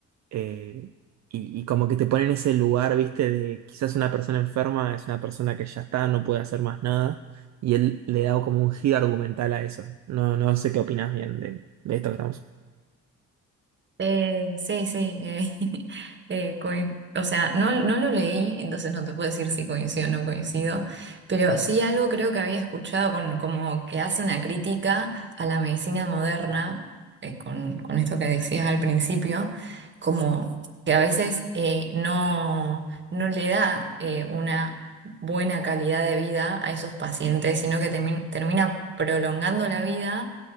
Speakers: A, on the right; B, on the right.
A: eh, y, y como que te ponen en ese lugar, ¿viste? De quizás una persona enferma es una persona que ya está, no puede hacer más nada. Y él le da como un giro argumental a eso. No, no sé qué opinas bien de, de esto que estamos.
B: Eh, sí, sí, eh, <laughs> eh, coin- o sea, no, no lo leí, entonces no te puedo decir si coincido o no coincido, pero sí algo creo que había escuchado con, como que hace una crítica a la medicina moderna, eh, con, con esto que decías al principio, como que a veces eh, no, no le da eh, una buena calidad de vida a esos pacientes, sino que termi- termina prolongando la vida.